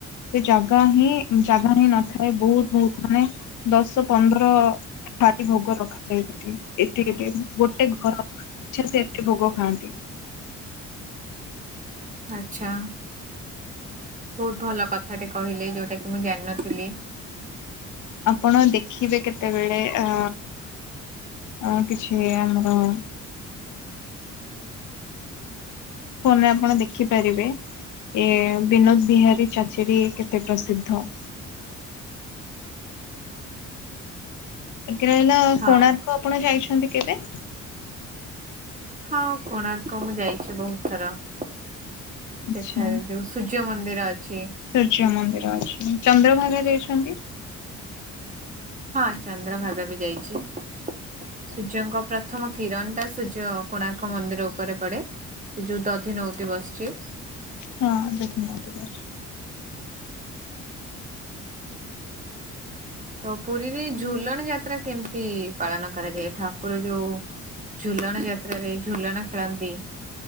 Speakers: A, on the left; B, on the right.
A: ସେ ଜାଗା ହିଁ ଜାଗା ହିଁ ନଥାଏ ବହୁତ ବହୁତ ମାନେ ଦଶ ପନ୍ଦର ର ଭୋଗ ରଖାଯାଇ ଏତିକ ଗୋଟେ ଘର ଇଛା ସେମତି ଭୋଗ ଖାଆନ୍ତି।
B: ଆଛା ବହୁତ ଭଲ କଥାଟେ କହିଲେ ଯୋଉଟା କି ମୁଁ ଜାଣିନଥିଲି।
A: ଆପଣ ଦେଖିବେ କେତେବେଳେ ଅ ଆଉ କିଛି ଆମର ଫୋନରେ ଆପଣ ଦେଖିପାରିବେ। ଏ ବିନୋଦ ବିହାରୀ ଚାଚିରୀ କେତେ ପ୍ରସିଦ୍ଧ। ବାକି ରହିଲା
B: ହଁ
A: କୋଣାର୍କ ଆପଣ ଯାଇଛନ୍ତି କେବେ?
B: ହଁ କୋଣାର୍କ ମୁଁ ଯାଇଛି ବହୁତ ଥର ସେଠାରେ
A: ଆଚ୍ଛା
B: ଯୋଉ ସୂର୍ଯ୍ୟ ମନ୍ଦିର ଅଛି।
A: ସୂର୍ଯ୍ୟ ମନ୍ଦିର ଅଛି ଚନ୍ଦ୍ରଭାଗା ଯାଇଛନ୍ତି?
B: ହଁ ଚନ୍ଦ୍ରଭାଗା ବି ଯାଇଛି ସୂର୍ଯ୍ୟଙ୍କପ୍ର ପ୍ରଥମ କିରଣ ଟା ସୂର୍ଯ୍ୟ କୋଣାର୍କ ମନ୍ଦିର ଉପରେ ପଡେ ସେ ଯୋଉ ଦଧି ନଉତି ବସିଛି
A: ହଁ ଦେଖିନ ଟିକ ଅଛି
B: ତ ପୁରୀରେ ଝୁଲଣ ଯାତ୍ରା କେମିତି ପାଳନ କରାଯାଏ ଠାକୁର ଯୋଉ ଝୁଲଣ ଯାତ୍ରାରେ ଝୁଲଣ ଖେଳନ୍ତି